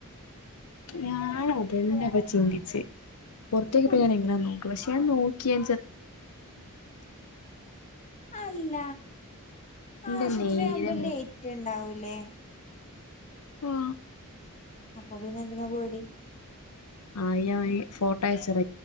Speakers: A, on the left (about 85°); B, on the left (about 35°).
A: ഞാൻ അതന്നെ അപ്പൊ ചിന്തിച്ച് പുറത്തേക്ക്പ്പ
B: കു-
A: ഞാൻ എങ്ങനാ നോക്ക? പക്ഷെ ഞാൻ നോക്കിയാ <unintelligible>
B: അല്ല
A: എന്റെ
B: ആശുപത്രിയാവുമ്പോ
A: നേരെ
B: ലേറ്റ് ഉണ്ടാവൂലേ?
A: ആ
B: അപ്പ പിന്നെ ന്തിനാ പേടി
A: ആയി ആയി ഫോട്ടോ ആഴ്ചര